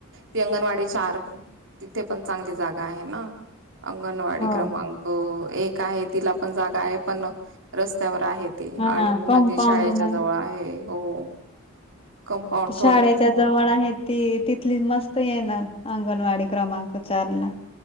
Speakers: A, on the right; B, on the left.
A: ती अंगणवाडी चार तिथे पण चांगली जागा आहे ना. अंगणवाडी
B: हो
A: क्रमांक एक आहे, तिला पण जागा आहे पण, रस्त्याव र आहे ती
B: हा
A: आणि पुन्हा
B: कंपाऊंड
A: ती शाळेच्या
B: नाही
A: जवळ आहे, हो कंपाउंड
B: शाळेच्या जवळ आहेत ती, तिथली मस्त येणार ना अंगणवाडी. क्रमाांक चार ला